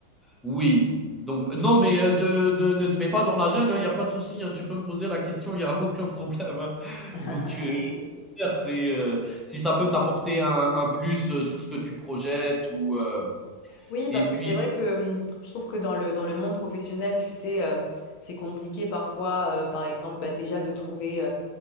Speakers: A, in the centre; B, on the left (about 45°).
A: Oui, donc non, mais euh, te- te- ne te mets pas dans la gêne, il n'y a pas de souci, hein, tu peux me poser la question, il n'y a <laughs> aucun problème. hein.
B: <laughs>
A: Donc, euh, au contraire, c'est, euh, si ça peut t'apporter un, un plus euh, sur ce que tu projettes, ou, euh,
B: Oui,
A: et
B: parce
A: puis,
B: que c'est vrai que hum, je trouve que dans le, dans le monde professionnel, tu sais, euh, c'est compliqué parfois, euh, par exemple, bah, déjà de trouver